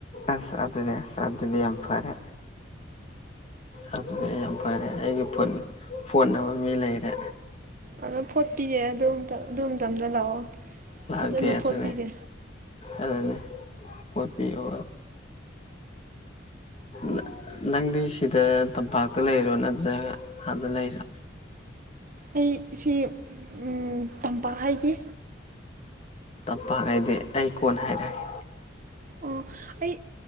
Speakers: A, on the left; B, on the right.
A: ꯑꯁ ꯑꯗꯨꯅꯦ ꯑꯁ ꯑꯗꯨꯗꯤ ꯌꯥꯝ ꯐꯔꯦ ꯑꯗꯨꯗꯤ ꯑꯩ ꯌꯥꯝ ꯐꯔꯦ ꯑꯩꯒꯤ ꯐꯨꯟ ꯐꯣꯠꯅꯕ ꯃꯤ ꯂꯩꯔꯦ
B: ꯑꯗꯣ ꯐꯣꯠꯄꯤꯒꯦ ꯑꯗꯨꯝꯇ ꯑꯗꯨꯃꯇꯝꯗ ꯂꯥꯛꯑꯣ
A: ꯂꯥꯛꯑꯒꯦ
B: ꯐꯖꯅ
A: ꯑꯗꯨꯅꯦ
B: ꯐꯣꯠꯄꯤꯒꯦ
A: ꯑꯗꯨꯅꯦ ꯐꯣꯠꯄꯤꯌꯣ ꯅ ꯅꯪꯗꯤ ꯁꯤꯗ ꯇꯝꯄꯥꯛꯇ ꯂꯩꯔꯣ ꯅꯠꯇ꯭ꯔꯒ ꯑꯥꯗ ꯂꯩꯔꯣ
B: ꯑꯩ ꯁꯤ ꯎꯝ ꯇꯝꯄꯥꯛ ꯍꯥꯏꯗꯤ
A: ꯇꯞꯄꯥꯛ ꯍꯥꯏꯗꯤ ꯑꯩ ꯀꯣꯟꯅ ꯍꯥꯏꯔꯛꯑꯒꯦ
B: ꯑꯣ ꯑꯩ